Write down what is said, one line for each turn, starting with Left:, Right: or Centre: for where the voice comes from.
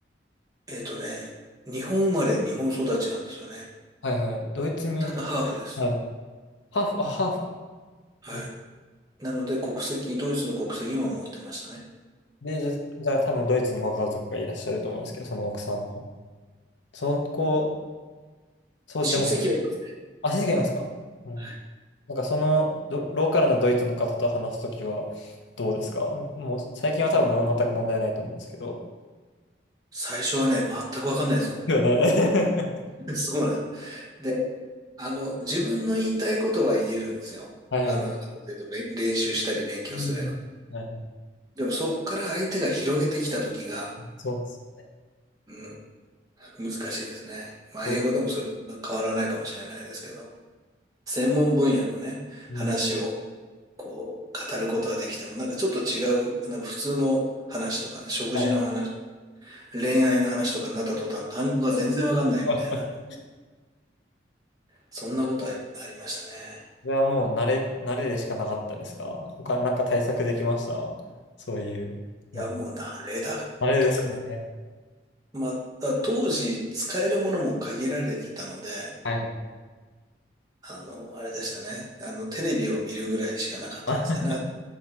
Right: えっとね、日本生まれ、日本育ちなんですよね。
Left: はいはい。ドイツに、
Right: ただハーフです。
Left: はい。ハーフ、あ、ハーフか。
Right: はい。
Left: うん
Right: なので国籍、ドイツの国籍も持ってましたね。
Left: で、じゃ、じゃあ多分ドイツにご家族がいらっしゃると思うんですけど、その奥さんの。その子、そう、
Right: 親戚はいます。
Left: でも、あ、先生がいますかうん。
Right: はい。
Left: なんかそのどローカルなドイツの方と話すときはどうですかもう最近は多分全く問題ないと思うんですけど。
Right: 最初はね、全くわかんないですよ。
Left: よね。<laughs>
Right: <laughs> そうなんです。で、あの、自分の言いたいことは言えるんですよ。
Left: はいはい
Right: あの、ある程度べん練習したり勉強すれば。
Left: うんはいはい。
Right: でもそっから相手が広げてきた時が、
Left: そうです。
Right: うん、難しいですね。まあ英語でもそれは変わらないかもしれないですけど、
Left: お
Right: 専門分野のね、
Left: うん。
Right: 話をこう、語ることはできても、なんかちょっと違う、なんか普通の話とかね、食事の話、
Left: はいはい。
Right: 恋愛の話とかになった途端、単語が全然わかんないみたいな、
Left: <laughs>
Right: そんなことあり、ありましたね。
Left: それはもう慣れ、慣れでしかなかったですか他なんか対策できましたそういう、なんか、
Right: いや、もう慣れだと、
Left: あれですかね。
Right: まあ、当時使えるものも限られてたので、
Left: はいはい。
Right: あの、あれでしたね。あの、テレビを見るぐらいしかなかったですかね。
Left: あ